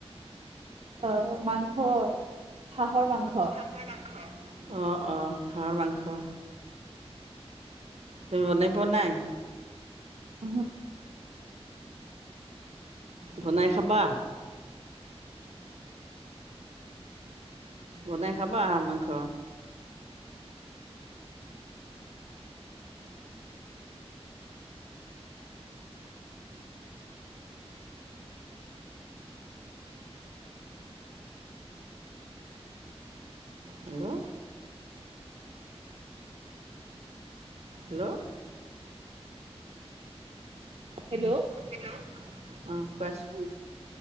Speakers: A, on the right (about 60°); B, on the right (about 75°).
A: অ, মাংসৰ হাঁহৰ মাংস।
B: কিহৰ মাংস? অ, অ, হাঁৰ মাংস। তুমি বনাই পোৱা নাই।
A: উ, হম।
B: বনাই খাবা। বনাই খাবা আৰু মাংস। হেল্ল', হেল্ল',
A: হেল্ল',
B: হেল্ল', অঁ, কোৱাচোন?